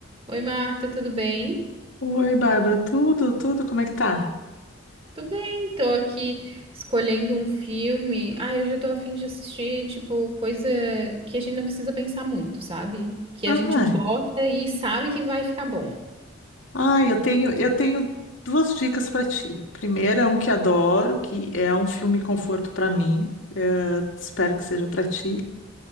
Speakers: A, on the right (about 30°); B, on the left (about 80°).
A: Oi, Marta, tudo bem?
B: Oi, Bárbara, tudo, tudo, como é que tá?
A: Tô bem, tô aqui escolhendo um filme. Ai, hoje eu tô a fim de assistir, tipo, coisa que a gente não precisa pensar muito, sabe? Que
B: Ai,
A: a gente bota e sabe que vai ficar bom.
B: ai, eu tenho, eu tenho duas dicas pra ti. Primeiro é um que adoro, que é um filme conforto pra mim, eh, espero que seja pra ti,